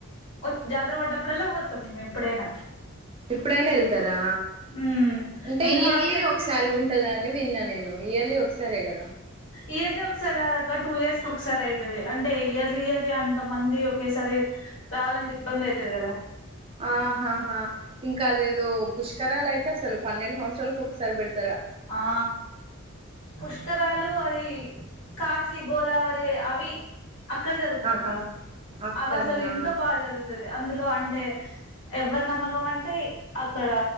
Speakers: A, on the left; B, on the right.
A: ఒ జాతర పడ్డప్పుడల్లా పోతాం మేము ఎప్పుడైనా
B: ఎప్పుడైనా వెళ్తార్ దా
A: మ్మ్
B: అంటే
A: నేను
B: ఇయర్లీ
A: హాస్టల్ నుండి
B: ఒక సారి ఉంటదంట విన్నా నేను ఇయర్లీ ఒక సరే గదా
A: ఇయర్లీ ఒక్సారి కాదక్క టూ ఇయర్స్ కి ఒక్సారి అయ్తది అంటే ఇయర్లీ ఇయర్లీ అంతమంది ఒకేసారి రావాలంటే ఇబ్బంది అయ్తది గదా
B: ఆ ఆహహ ఇంకా అదేదో పుష్కరలయ్తే అస్సల్ పన్నెండు సంవత్సరాల్కి ఒక్సారి బెడత్
A: ఆ పుష్కరాలు అది కాశీ గోదావరి అవీ అక్కడ జరుగుతది
B: ఆహా
A: అక్క
B: అక్కన్నా
A: అవి అసలు ఇంకా బాగా జరుగుతది అందులో అంటే ఎవ్వర్ నమ్మకం అంటే అక్కడ